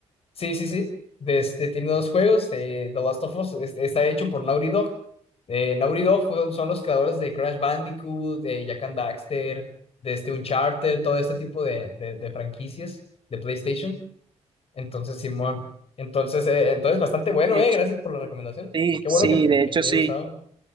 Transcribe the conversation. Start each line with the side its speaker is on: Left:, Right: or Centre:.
Left: Sí, sí, sí. De Este, tiene dos juegos de The Last of Us. Este, está hecho por Naughty Dog. Eh, Naughty Dog fueron- son los creadores de Crash Bandicoot, de Jak and Daxter, de este Uncharted, todo este tipo de, de, de franquicias de PlayStation. Entonces, Simón. Entonces, eh, entonces bastante bueno,
Right: De
Left: eh.
Right: hecho,
Left: Gracias por la recomendación.
Right: sí,
Left: Qué
Right: sí,
Left: bueno que te,
Right: de
Left: que
Right: hecho
Left: te
Right: sí.
Left: haya gustado.